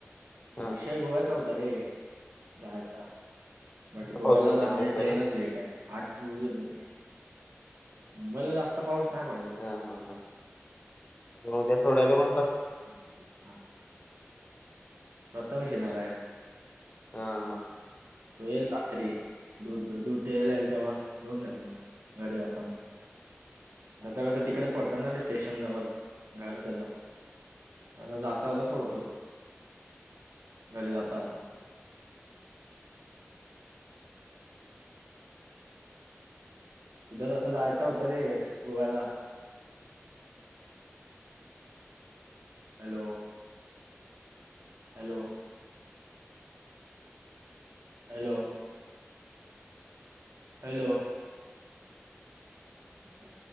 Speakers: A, on the left (about 30°); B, on the right (about 80°).
A: हा
B: विषय गोव्याचा होता रे. जायचा बट गोव्याला
A: पाऊस पडतोय
B: जाणारी
A: ना मुंबईला.
B: ट्रेनच लेट आहे. आज म्हणज मुंबईला जास्त पाऊस नाही पडत. आहे.
A: हा हा हा उद्या सोडायला पण
B: होज <unintelligible> प्रथमेश येणार आहे.
A: हा ह
B: त येईल रात्री दूध दूध द्यायला येईल तेव्हा देऊन जाल मग. घरी जाताना. जता कसं तिकडेच पडतात ना ते स्टेशन जवळ घर त्याचा. आत्ता जाता जाता सोडतो घरी जाता जाता. उद्या तसं जायचं होतं रे गोव्याला. हॅलो हॅलो हॅलो हॅलो ठीके